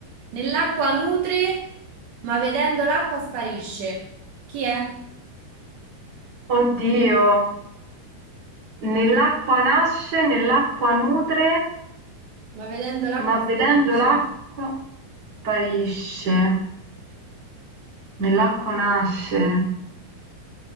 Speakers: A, on the right; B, on the right.
A: nell'acqua nutre, ma vedendo l'acqua sparisce. Chi è?
B: Oddio, nell'acqua nasce, nell'acqua nutre,
A: Ma vedendo l'acqua
B: ma
A: sparisce.
B: vedendo l'acqua sparisce. Nell'acqua nasce.